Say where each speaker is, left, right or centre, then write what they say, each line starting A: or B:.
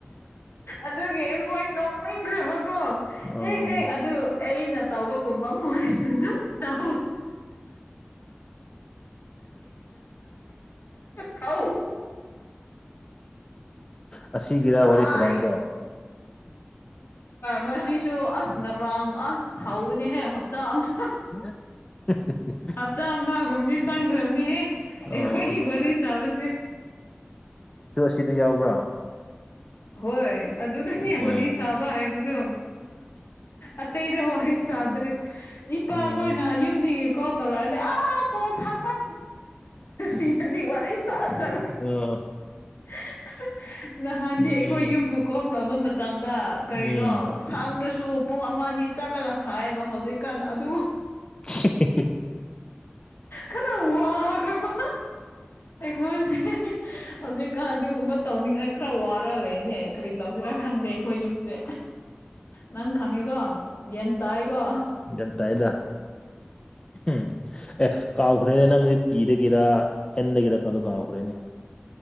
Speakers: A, on the left; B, on the left.
A: ꯑꯗꯨꯒꯤ ꯑꯩꯈꯣꯏ ꯅꯣꯛꯅꯤꯡꯈ꯭ꯔꯕ ꯀꯣ
B: ꯎꯝ
A: ꯍꯦꯛ ꯍꯦꯛ ꯑꯗꯨ ꯑꯩꯅ ꯇꯧꯕꯒꯨꯝꯕ ꯃꯣꯏꯁꯤꯡꯗ ꯇ ꯈꯥꯎ
B: ꯑꯁꯤꯒꯤꯔ
A: ꯑ
B: ꯋꯥꯔꯤ ꯁꯥꯟꯅꯕꯗꯣ
A: ꯉꯥꯁꯤꯁꯨ ꯑꯁ ꯉꯔꯥꯡ ꯑꯁ ꯍꯥꯎꯕꯅꯦꯍꯦ ꯍꯞꯇꯥ ꯑꯃ
B: <unintelligible>
A: ꯍꯞꯇꯥ ꯑꯃꯒꯨꯝꯅꯤ ꯆꯪꯈ꯭ꯔꯕꯅꯤꯍꯦ
B: ꯑꯣ
A: ꯑꯩ ꯋꯥꯔꯤꯔꯁꯕꯗꯤ
B: ꯁꯤꯗ ꯌꯥꯎꯕ꯭ꯔꯥ
A: ꯍꯣꯏ ꯑꯗꯨꯗꯅꯦ
B: ꯎꯝ
A: ꯋꯥꯔꯤꯗꯤ ꯁꯥꯕ ꯍꯥꯏꯕꯗꯣ ꯑꯇꯩꯩꯗ ꯋꯥꯔꯤꯁꯥꯟꯗ꯭ꯔꯦ ꯏ ꯄꯈꯣꯏꯅ
B: ꯎꯝ
A: ꯌ ꯀꯣ ꯇꯔꯣ ꯑꯗꯤ ꯑ ꯀꯣ ꯁ ꯃ ꯁꯤ ꯑꯗꯤ ꯃꯔ ꯆ ꯆ
B: ꯑ
A: <unintelligible> ꯅꯍꯥꯟꯅꯦ
B: ꯎꯝ
A: ꯑꯩꯈꯣꯏ ꯌꯨꯝꯕꯨ ꯀꯣꯜ ꯇꯧꯕ ꯃꯇꯝꯗ ꯀꯔꯤꯅꯣ
B: ꯎꯝ ꯎꯝ
A: ꯁꯥꯡꯗ꯭ꯔꯁꯨ ꯄꯨꯡ ꯑꯃ ꯑꯅꯤ ꯆꯠꯂꯒ ꯁꯥꯏꯌꯦꯕ ꯍꯧꯖꯤꯛꯀꯥꯟ ꯑꯗꯨꯒ
B: <inaudible>
A: ꯈꯔ ꯋꯥꯈ꯭ꯔꯕ ꯃꯣꯏꯁꯦ ꯍꯧꯖꯤꯛꯀꯥꯟ ꯑꯗꯨꯒꯨꯝꯕ ꯇꯧꯅꯤꯡꯉꯥꯏ ꯈꯔ ꯋꯥꯔꯒ ꯂꯩꯅꯦ ꯀꯔꯤ ꯇꯧꯁꯤꯔꯥ ꯈꯪꯗꯦ ꯑꯩꯈꯣꯏ ꯌꯨꯝꯁꯦ ꯅꯪ ꯈꯪꯉꯤꯀꯣ ꯌꯦꯟ ꯇꯥꯏꯥꯏꯀꯣ
B: ꯌꯦ ꯇꯏꯗ ꯎꯝ ꯑꯦ ꯀꯥꯎꯈ꯭ꯔꯦꯅꯦ ꯅꯪꯁꯦ ꯇꯤꯗꯒꯤꯔ ꯑꯦꯟꯗꯒꯤꯔ ꯀꯗꯣ ꯀꯥꯎꯈ꯭ꯔꯦꯅꯦ